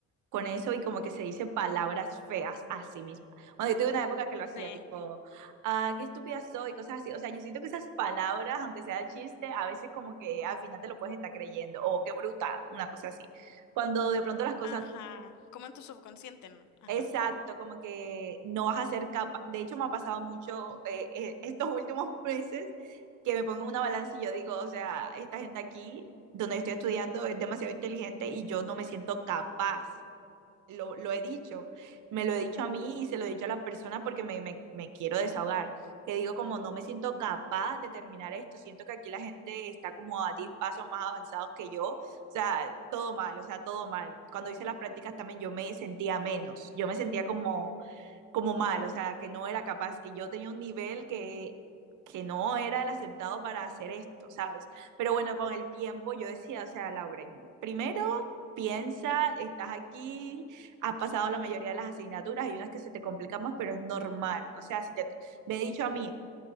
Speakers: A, on the right (about 85°); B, on the left (about 70°).
A: con eso y como que se dice palabras feas a sí misma. Bueno, yo tuve una época que lo hacía
B: Sí,
A: tipo, ah, qué estúpida soy, cosas así. O sea, yo siento que esas palabras, aunque sea chiste, a veces como que al final te lo puedes estar creyendo, o qué bruta, una cosa así. Cuando de pronto las cosas,
B: ajá, como en tu subconsciente, ¿no? Ajá,
A: exacto, como que no vas a ser capaz. De hecho, me ha pasado mucho eh, eh, estos últimos <laughs> meses que me pongo en una balanza y yo digo, o sea, esta gente aquí, donde yo estoy estudiando, es demasiado inteligente y yo no me siento capaz lo, lo he dicho, me lo he dicho a mí y se lo he dicho a las personas porque me, me, me quiero desahogar, que digo como no me siento capaz de terminar esto, siento que aquí la gente está como a 10 pasos más avanzados que yo, o sea, todo mal, o sea, todo mal. Cuando hice las prácticas también yo me sentía menos, yo me sentía como como mal, o sea, que no era capaz, que yo tenía un nivel que, que no era el aceptado para hacer esto, ¿sabes? Pero bueno, con el tiempo yo decía, o sea, Lauren, primero piensa, estás aquí, has pasado la mayoría de las asignaturas, hay unas que se te complican más, pero es normal. O sea, si te, me he dicho a mí,